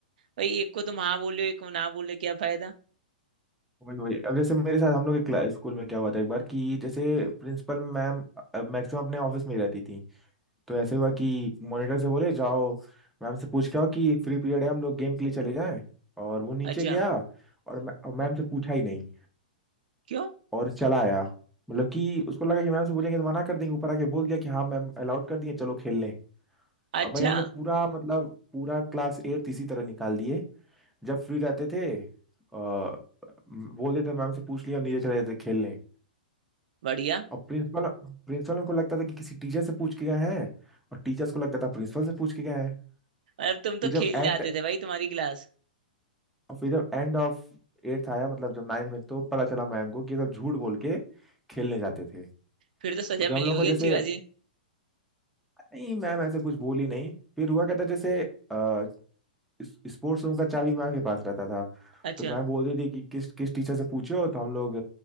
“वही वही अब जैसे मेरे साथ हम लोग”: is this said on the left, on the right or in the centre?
Centre